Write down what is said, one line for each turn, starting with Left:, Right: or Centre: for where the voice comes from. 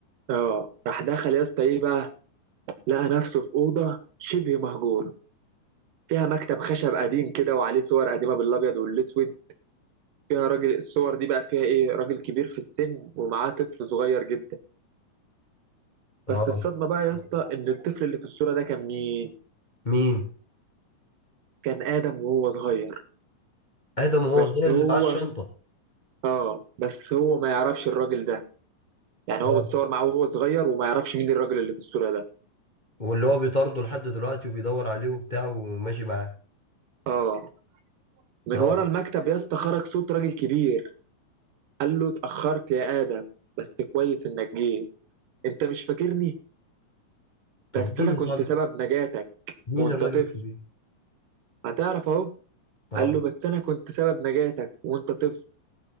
Right: اه راح دخل يا اسطى ايه بقى لقى نفسه في اوضه شبه مهجور فيها مكتب خشب قديم كده وعليه صور قديمه بالابيض والاسود فيها راجل الصور دي بقى فيها ايه راجل كبير في السن ومعاه طفل صغير جدا
Left: اه
Right: بس الصدمه بقى يا اسطى ان الطفل اللي في الصوره ده كان مين
Left: مين
Right: كان ادم وهو صغير
Left: ادم وهو
Right: بس
Left: صغير
Right: هو
Left: اللي معاه الشنطه
Right: اه بس هو ما يعرفش الراجل ده يعني
Left: اه
Right: هو متصور معاه وهو صغير وما يعرفش مين الراجل اللي في الصورة ده
Left: واللي هو بيطارده لحد دلوقتي وبيدور عليه وبتاع وماشي معاه
Right: اه من
Left: اه
Right: ورا المكتب يا اسطى خرج صوت راجل كبير قال له اتأخرت يا آدم بس كويس انك جيت انت مش فاكرني
Left: طب
Right: بس
Left: مين
Right: انا
Left: يا
Right: كنت
Left: صاحبي
Right: سبب نجاتك
Left: مين
Right: وانت
Left: الراجل
Right: طفل
Left: الكبير
Right: هتعرف اهو
Left: اه
Right: قال له بس انا كنت سبب نجاتك وانت طفل